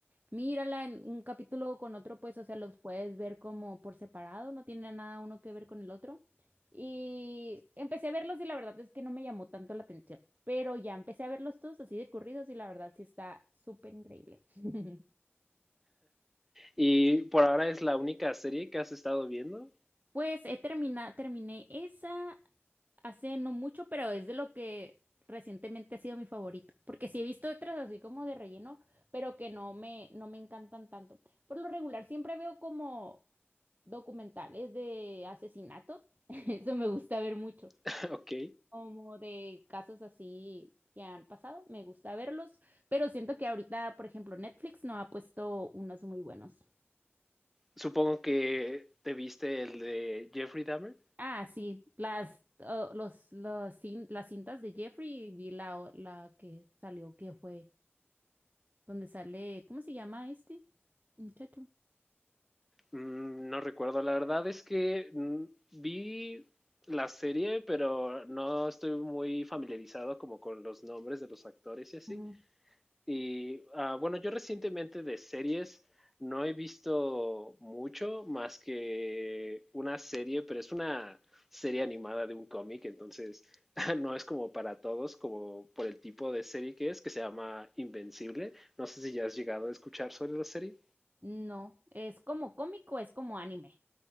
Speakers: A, on the right (about 40°); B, in the centre.
A: mírala en un capítulo con otro, pues o sea, los puedes ver como por separado, no tiene nada uno que ver con el otro. Y empecé a verlos y la verdad es que no me llamó tanto la atención, pero ya empecé a verlos todos así de corridos y la verdad sí está súper increíble. <laughs>
B: ¿Y por ahora es la única serie que has estado viendo?
A: Pues he termina, terminé esa hace no mucho, pero es de lo que recientemente ha sido mi favorito, porque sí he visto otras así como de relleno, pero que no me, no me encantan tanto. Por lo regular siempre veo como documentales de asesinatos, <laughs> eso me gusta ver mucho,
B: <laughs> Ok.
A: como de casos así que han pasado, me gusta verlos, pero siento que ahorita, por ejemplo, Netflix no ha puesto unos muy buenos.
B: Supongo que te viste el de Jeffrey Dahmer.
A: Ah, sí, las, oh, los, los cin- las cintas de Jeffrey, vi la, o- la que salió, que fue, donde sale, ¿cómo se llama este muchacho?
B: Mm, No recuerdo, la verdad es que mm, vi la serie, pero no estoy muy familiarizado como con los nombres de los actores y así.
A: Ujú.
B: Y ah, bueno, yo recientemente de series no he visto mucho más que una serie, pero es una serie animada de un cómic, entonces <laughs> no es como para todos, como por el tipo de serie que es, que se llama Invencible. No sé si ya has llegado a escuchar sobre la serie.
A: No, es como cómico, es como anime.